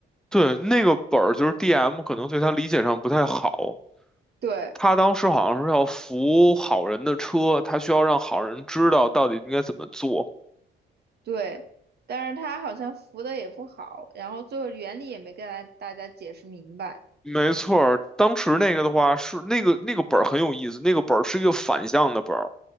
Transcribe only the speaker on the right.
对
对，但是他好像扶的也不好，然后最后原理也没跟大大家解释明白。